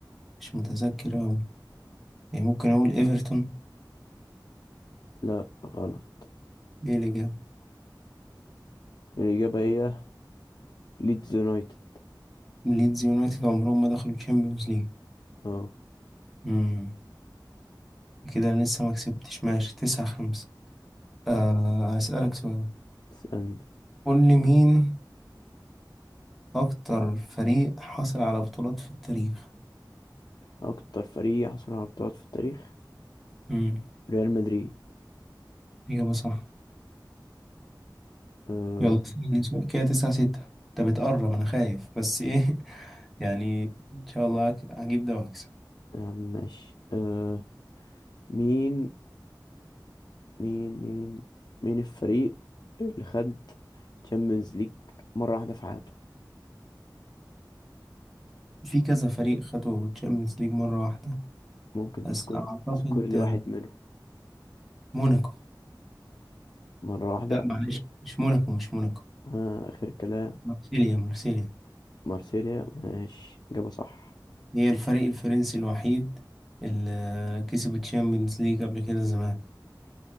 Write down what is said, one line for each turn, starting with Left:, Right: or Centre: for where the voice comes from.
Centre: مش متذكر أوي يعني ممكن أقول إيفرتون
Left: لا غلط
Centre: دي الإجابة
Left: الإجابة هي ليدز يونايتد
Centre: ليدز يونايتد عمرهم ما دخلوا الشامبيونز ليج
Left: اه
Centre: مم. كده أنا لسه ما كسبتش ماشي تسعة خمسة آه هسألك سؤال
Left: استنى
Centre: قول لي مين أكتر فريق حصل على بطولات في التاريخ
Left: أكتر فريق حصل على بطولات في التاريخ
Centre: مم.
Left: ريال مدريد
Centre: إجابة صح
Left: آه
Centre: يلا اسألني سؤال كده تسعة ستة أنت بتقرب أنا خايف بس إيه <laughs> يعني إن شاء الله هك- هجيب ده وأكسب
Left: يا عم ماشي آه مين مين مين مين الفريق اللي خد تشامبيونز ليج مرة واحدة في حياته
Centre: في كذا فريق خدوا الشامبيونز ليج مرة واحدة
Left: ممكن
Centre: بس
Left: تذكر
Centre: أعتقد
Left: تذكر لي واحد منهم
Centre: موناكو
Left: مرة واحدة
Centre: لا معلش مش موناكو مش موناكو
Left: آه آخر كلام
Centre: مارسيليا مارسيليا
Left: مارسيليا ماشي إجابة صح
Centre: هي الفريق الفرنسي الوحيد اللي كسب الشامبيونز ليج قبل كده زمان